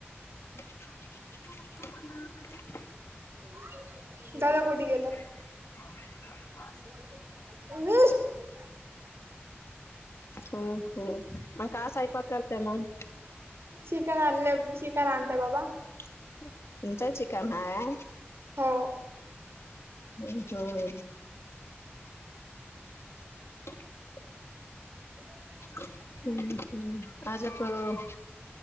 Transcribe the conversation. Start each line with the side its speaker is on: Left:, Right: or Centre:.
Left: <inaudible>
Right: <inaudible> दादा कोठी गेला?
Left: <inaudible>
Right: <inaudible>
Left: हुं हुं आता सयपाक करते मग
Right: चिकन आणले, चिकन आणतां बाबा?
Left: <inaudible> तुमचांहि चिकन हाय? <inaudible>
Right: हो
Left: होयं तर <inaudible>
Right: <inaudible>
Left: हूं हूं आज आप